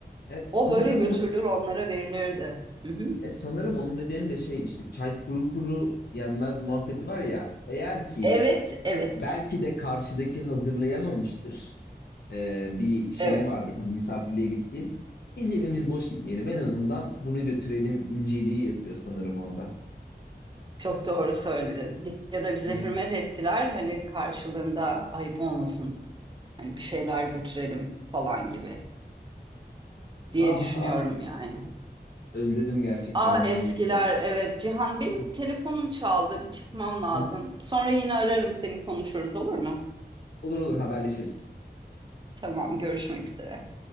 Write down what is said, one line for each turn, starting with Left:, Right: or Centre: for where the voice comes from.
Left: E, sanırım
Right: O böyle götürülür
Left: onun
Right: onlara verilirdi. Hı hı.
Left: e, sanırım onun nedeni de şey işte çay kuru kuru yenmez muhabbeti var ya. Eğer ki
Right: Evet, evet,
Left: belki de karşıdaki hazırlayamamıştır. E, bir şeyi
Right: evet.
Left: vardır hani misafirliğe gittiğin. Biz elimiz boş gitmeyelim en azından bunu götürelim inceliği yatıyor sanırım onda.
Right: Çok doğru söyledin. Ya da bize
Left: Evet.
Right: hürmet ettiler hani karşılığında ayıp olmasın. Hani bir şeyler götürelim falan gibi diye
Left: Ah
Right: düşünüyorum
Left: ah
Right: yani.
Left: özledim gerçekten
Right: Ah
Left: o günleri
Right: eskiler
Left: ya.
Right: evet Cihan benim
Left: <laughs>
Right: telefonum çaldı bir çıkmam lazım.
Left: Hı hı.
Right: Sonra yine ararım seni konuşuruz olur mu?
Left: Olur olur haberleşiriz.
Right: Tamam görüşmek üzere.